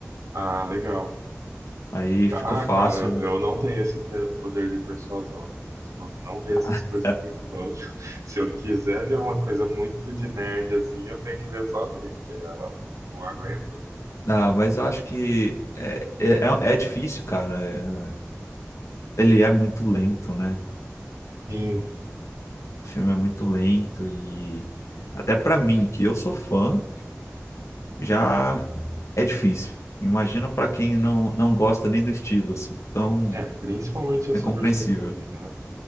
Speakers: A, on the right; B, on the left.
A: Ah, legal.
B: Aí
A: Ah,
B: ficou fácil.
A: cara, eu não tenho esse pe- poder de persuasão. Minha esposa não vê
B: <laughs>
A: essas coisas comigo, não. <laughs> Se eu quiser ver uma coisa muito de nerd assim, eu tenho que ver sozinho, porque ela não, não aguenta.
B: Ah, mas eu acho que é, é, é é difícil, cara. É- Ele é muito lento, né?
A: Sim.
B: O filme é muito lento e até pra mim, que eu sou fã, já é difícil. Imagina pra quem não, não gosta nem do estilo, assim. Então,
A: É, é, principalmente essa
B: é compreensível.
A: versão estendida, né?